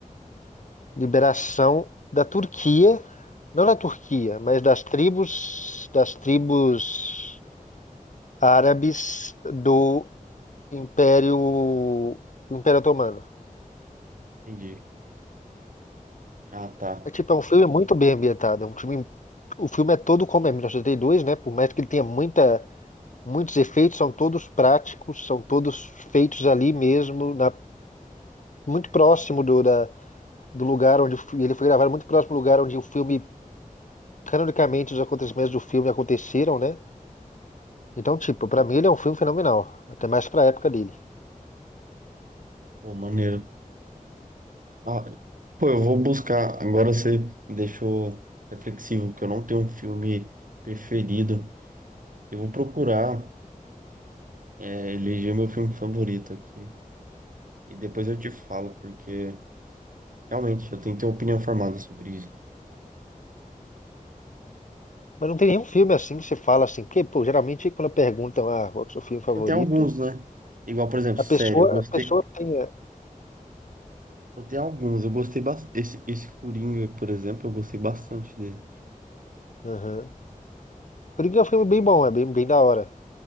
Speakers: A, on the left; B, on the right.
A: Liberação da Turquia não da Turquia, mas das tribos, das tribos árabes do Império, Império Otomano.
B: entendi. Ah, tá.
A: É tipo, é um filme muito bem ambientado, é um filme, o filme é todo como é mil novecentos e oitenta e dois, né? Por mais que ele tenha muita, muitos efeitos, são todos práticos, são todos feitos ali mesmo, na, muito próximo do, da, do lugar onde o fi- ele foi gravado, muito próximo do lugar onde o filme, canonicamente, os acontecimentos do filme aconteceram, né? Então, tipo, pra mim ele é um filme fenomenal, até mais pra época dele.
B: Pô, maneiro. Ah, pô, eu vou buscar. Agora você me deixou reflexivo, porque eu não tenho um filme preferido. Eu vou procurar, é, eleger meu filme favorito aqui. E depois eu te falo, porque realmente eu tenho que ter opinião formada sobre isso.
A: Mas não tem nenhum filme assim que você fala assim, porque, pô, geralmente quando perguntam ah, qual que é o seu filme favorito,
B: Eu tenho alguns, né? Igual, por exemplo,
A: a
B: sério,
A: pessoa,
B: eu gostei.
A: a pessoa tem. é,
B: Eu tenho alguns, eu gostei bastante. Esse, esse Coringa, por exemplo, eu gostei bastante dele.
A: Aham. Coringa é um filme bem bom, é bem, bem da hora.